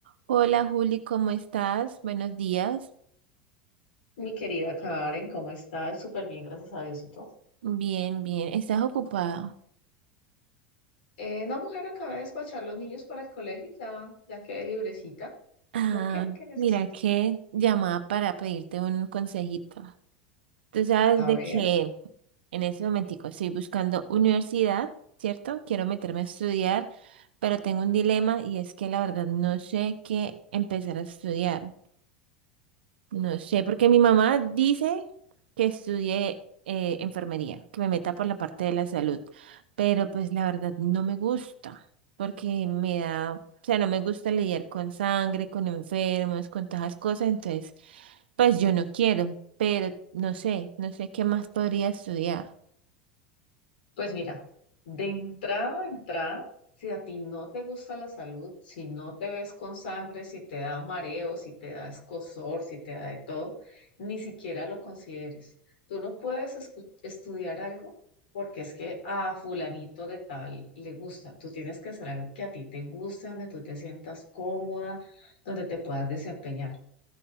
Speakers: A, on the right; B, on the left.
A: Hola Juli, ¿cómo estás? Buenos días.
B: Mi querida Karen, ¿cómo estás? Súper bien, gracias a Diosito.
A: Bien, bien. ¿Estás ocupada?
B: Eh, no, mujer, acaba de despachar los niños para el colegio, ya, ya quedé librecita.
A: Ah,
B: ¿Por qué? ¿Qué necesito?
A: mira que llamaba para pedirte un consejito. Tú sabes
B: A
A: de
B: ver.
A: que en ese momentico estoy buscando universidad, ¿cierto? Quiero meterme a estudiar, pero tengo un dilema y es que la verdad no sé qué empezar a estudiar. No sé, porque mi mamá dice que estudie eh, enfermería, que me meta por la parte de la salud, pero pues la verdad no me gusta, porque me da, o sea, no me gusta lidiar con sangre, con enfermos, con todas esas cosas, entonces, pues yo no quiero, pero no sé, no sé qué más podría estudiar.
B: Pues mira, de entrada a entrada, si a ti no te gusta la salud, si no te ves con sangre, si te da mareo, si te da escozor, si te da de todo, ni siquiera lo consideres. Tú no puedes escu- estudiar algo porque es que a fulanito de tal le gusta. Tú tienes que hacer algo que a ti te guste, donde tú te sientas cómoda, donde te puedas desempeñar.